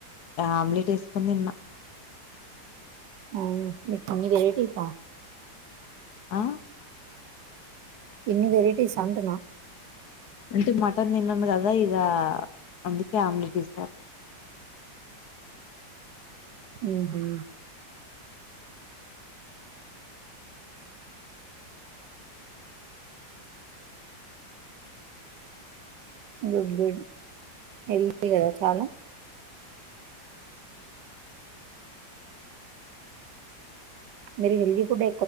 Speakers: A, on the left; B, on the right.
A: ఆమ్లెట్ ఏసుకొని తిన్న
B: ఆ నీకు ఇన్ని వారిటీసా
A: ఆ
B: ఇన్ని వెరైటీస అంటున్నా
A: అంటే మటన్ తినను కదా ఇక అందుకే ఆమ్లెట్ ఇస్తారు
B: ఉహు గుడ్ గుడ్ హెల్తీ కదా చాలా మీరు హెల్ది ఫుడ్